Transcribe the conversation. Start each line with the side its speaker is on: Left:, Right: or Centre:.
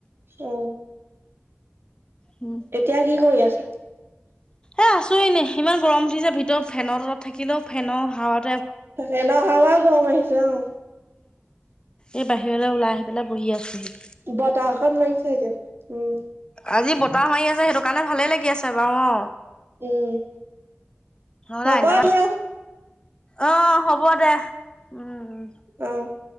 Right: উম
Left: উম
Right: এতিয়া কি কৰি আছে?
Left: এ আছো এনে ইমান গৰম উঠিছে ভিতৰত ফেনৰ তলত থাকিলেও ফেনৰ হাৱ
Right: ত হাৱা গম আহিছে অ
Left: এই বাহিৰলৈ ওলাই আহি পেলাই বহি আছোঁহি।
Right: বতাহ অকন লাগিছে এতিয়া উম,
Left: আজি বতাহ মাৰি আছে সেইটো কাৰণে ভালে লাগি আছে বাৰু অ,
Right: উম,
Left: নহলে
Right: হ'ব
Left: অগদিনাখন
Right: দিয়া
Left: অ, হ'ব দে উম-উম।
Right: অহ ',